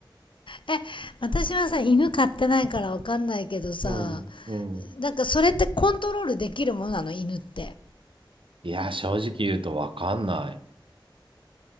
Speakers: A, on the left (about 70°); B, on the right (about 80°).
A: え、私はさ、犬飼ってないからわかんないけどさ、
B: うん、うん。
A: なんかそれってコントロールできるものなの、犬って。
B: いや、正直言うとわかんない。